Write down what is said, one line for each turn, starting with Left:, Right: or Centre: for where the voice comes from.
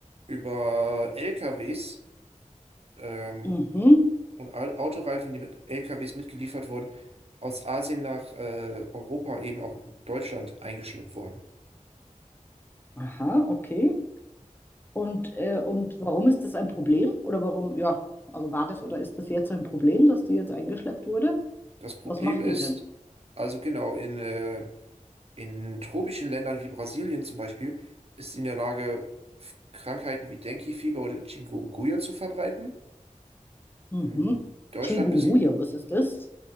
Right: über LKWs ähm,
Left: Mhm.
Right: und Au- Autoreifen, die mit LKWs mitgeliefert wurden, aus Asien nach äh, Europa, eben auch Deutschland, eingeschleppt worden.
Left: Aha, okay. Und, äh, und warum ist das ein Problem? Oder warum, ja, also war das oder ist das jetzt ein Problem, dass die jetzt eingeschleppt wurde?
Right: Das Problem
Left: Was macht
Right: ist,
Left: die denn?
Right: also genau, in, äh, in tropischen Ländern wie Brasilien zum Beispiel, ist sie in der Lage, F- Krankheiten wie Dengue-Fieber oder Chikungunya zu verbreiten.
Left: Mhm.
Right: In Deutschland
Left: Chikungunya,
Right: bis,
Left: was ist das?